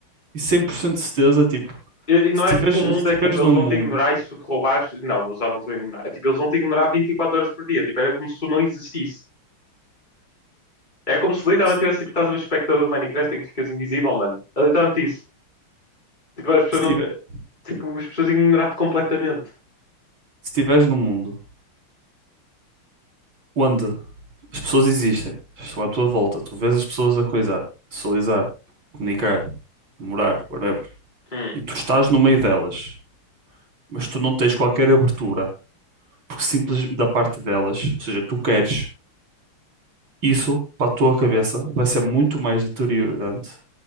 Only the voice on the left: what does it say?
E, não
é
tipo
o mundo,
é tipo, eles
vão
te ignorar e se tu te roubares. Não, eles já não te vão ignorar. É tipo, eles vão te ignorar 24 horas por dia. Tipo, era como se tu não existisse. É como se literalmente
tivesse tipo, estás a ver espectador do Minecraft em que ficas invisível, mano. É literalmente isso. Tipo, as pessoas
não. Tipo, as pessoas ignorar-te completamente.
Hum.